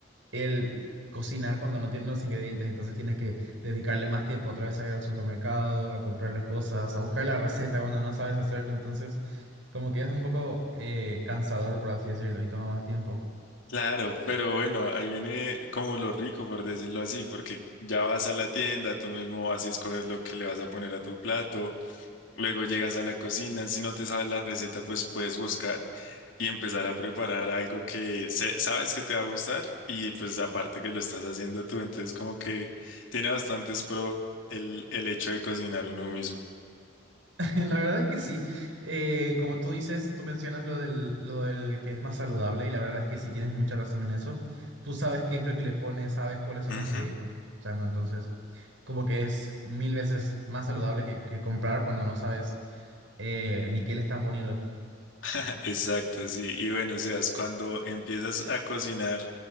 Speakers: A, on the right (about 80°); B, on the left (about 85°).
A: el cocinar cuando no tienes los ingredientes, entonces tienes que dedicarle más tiempo otra vez a ir al supermercado, a comprar las cosas, a buscar la receta cuando no sabes hacerlo, entonces como que es un poco eh, cansador, por así decirlo, y toma más tiempo.
B: Claro, pero bueno, ahí viene como lo rico, por decirlo así, porque ya vas a la tienda, tú mismo vas y escoges lo que le vas a poner a tu plato, luego llegas a la cocina, si no te sabes la receta, pues puedes buscar y empezar a preparar algo que se- sabes que te va a gustar y pues aparte que lo estás haciendo tú, entonces como que tiene bastantes pro el, el hecho de cocinar uno mismo.
A: <laughs> La verdad es que sí, eh, como tú dices, tú mencionas lo del, lo del que es más saludable y la verdad es que sí tienes mucha razón en eso. Tú sabes qué es lo que le pones, sabes cuáles son
B: Ujú.
A: los ingredientes, o sea, no, entonces... como que es mil veces más saludable que, que comprar cuando no sabes eh, ni qué le están poniendo.
B: <laughs> Exacto, sí. Y bueno, Sebas, cuando empiezas a cocinar,